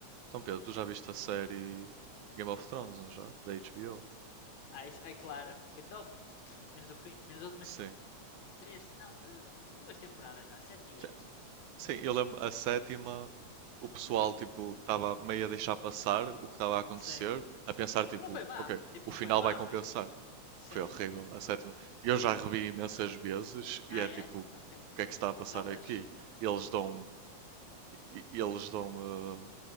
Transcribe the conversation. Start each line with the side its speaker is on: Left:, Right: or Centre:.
Right: Então, Pedro, tu já viste a série Game of Thrones, não já? Da HBO?
Left: Aí, aí claro, foi top. Menos o fim, menos as últimas
Right: Sim.
Left: três, não, duas temporadas, vá, sete e
Right: Sim,
Left: oito.
Right: sim, eu lembro a sétima, o pessoal tipo estava meio a deixar passar o que estava a acontecer,
Left: Sim.
Right: a pensar tipo,
Left: Porque não foi má,
Right: ok,
Left: tipo,
Right: o
Left: não
Right: final
Left: foi má,
Right: vai compensar.
Left: mas tipo, sim.
Right: Foi horrível a sétima. Eu já revi imensas
Left: Hum,
Right: vezes e
Left: ah,
Right: é
Left: é?
Right: tipo, o
Left: Ok.
Right: que é que se está a passar
Left: Notas,
Right: aqui? Eles dão, e- e- eles dão, eh,